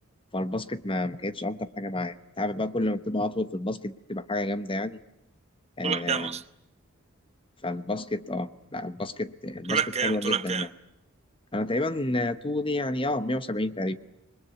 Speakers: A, on the left; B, on the right.
A: فالباسكت ما ما كانتش ألطف حاجة معايا أنت عارف بقى كل ما بتبقى أطول في الباسكت بتبقى حاجة جامدة يعني آه
B: طولك كام اصلا
A: فالباسكت اه لا الباسكت الباسكت
B: طولك كام
A: حلوة
B: طولك
A: جدا
B: كام
A: يعني انا تقريبا طولي يعني اه 170 تقريبا